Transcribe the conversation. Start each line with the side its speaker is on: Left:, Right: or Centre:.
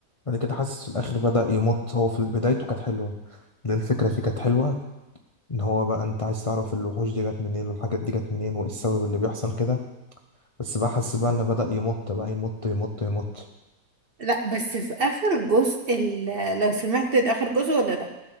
Left: بعد كده حاسس في الاخر بدا يمط هو في بدايته كانت حلوه لأن الفكره فيه كانت حلوه ان هو بقى انت عايز تعرف الوحوش دي جت منين والحاجات دي جت منين وايه السبب اللي بيحصل كده بس بقى حاسس بقى ان بدا يمط بقى يمط يمط يمط
Right: لا بس في اخر جزء ال- لو سمعت اخر جزء ولا لا